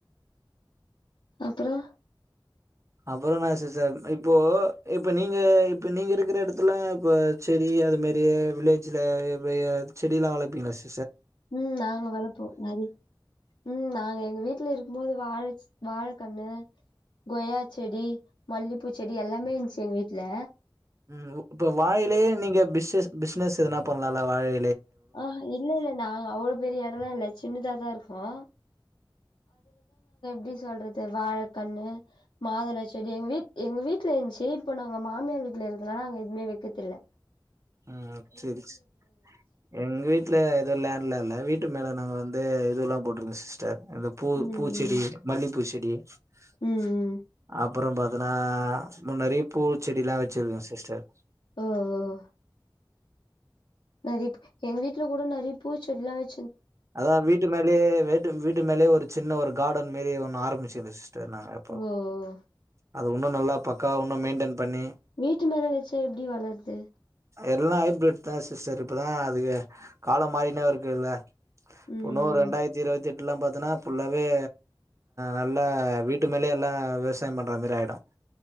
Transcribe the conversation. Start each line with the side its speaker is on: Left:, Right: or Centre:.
Left: அப்பறம்
Right: அப்பறம் நான சிசர் இப்போ இப்ப நீங்க இப்ப நீங்க இருக்கிற இடத்துலா இப்ப செடி அது மாதாரிய வில்லேஜ்ல செடி எல்லாம் வளர்ப்பீங்களா சிச
Left: ம் நாங்க வளப்போம் நிற உம் நாங்க எங்க வீட்டுல இருக்கும் போது வாழச்சு வாழைக்கன்னு கொயா செடி மல்லிப்பூ செடி எல்லாமே இருந்துச்சு எங்க வீட்டுல
Right: ம் இப்ப வாழைலேயே நீங்க பிசஸ் பிசினஸ் எதுனா போண்ணலா வாழை
Left: ஆ இல்ல இல்ல நா அவ்வளவு பெரிய இடம் எல்லாம் இல்ல சின்னதாதான் இருக்கோம் எப்டிக்ஷ சொல்றது வாழைக்கண்ணு மாதள செடி எங்க வீட எங்க வீட்டுல இருந்துச்சு இப்போ நாங்க மாமியார் வீட்டுல இருக்கதுனால நாங்க எதுவுமே வைக்கதல
Right: ம் செரி செரி எங்க வீட்டுல ஏதோ லேண்ட்ல இல்ல வீட்டு மேல நாங்க வந்து இதுெல்லாம் போட்டிருக்கங்க சிஸ்டர் அந்த பூ
Left: ம்
Right: பூச்செடி மல்லி பு செடி அப்
Left: ம் ம்
Right: அப்பறம் பாத்தனா முன்னிறைய பூச்செடி எல்லாம் வச்சிருக்கேன் சிஸ்டர்
Left: ஆ ஆ நரிப்பூ எங்க வீட்டுல கூட நரிப்பூ செடிலாம் வச்
Right: அதுதான் வீட்டு மேலேய வீட்டு மேலே ஒரு சின்ன ஒரு கார்டன் மாரி ஒண்ண ஆரம்பிச்சிஸ் ன்னாங்க எப்போ
Left: ஓ
Right: அது ஒன்னும் நல்லா பக்கா ஒன்னும் மெயின்டென் பண்ணி
Left: வீட்டு மேல வச்ச எப்படி வளருது
Right: எல்லாம் ஹைபிரட் தான் சிஸ்டர் இப்தான் அதுக்கு காலம் மாறினே இருக்குல்ல
Left: ம்
Right: புனோ ரெண்டாயிரத்தி இருபத்தி எட்டு பாத்தன்னா புல்லாவே நல்லா வீட்டு மேலேயே எல்லாம் விஸ் பண்ற மாதாரி ஆயிடும்